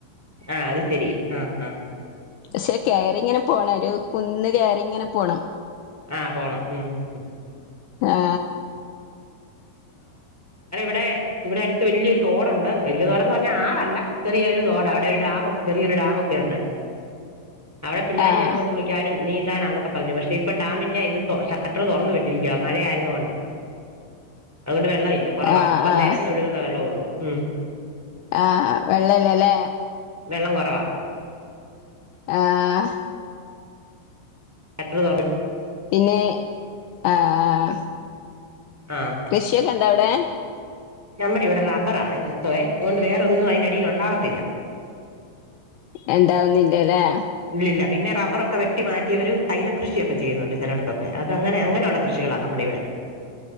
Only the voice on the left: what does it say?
പക്ഷെ കയറി ഇങ്ങനെ പോണം ഒരു കുന്ന് കേയറിങ്ങനെ പോണം
ആ
ആഹ്
ആഹ്
ആഹ്
ആഹ വെള്ളല്ലേല്ലേ
ആഏ
പിന്നെ ആഹ
കൃഷിയൊക്കെ ഉണ്ടോ അവിടെ ഏ
എണ്ടാവുന്നില്ലല്ലേ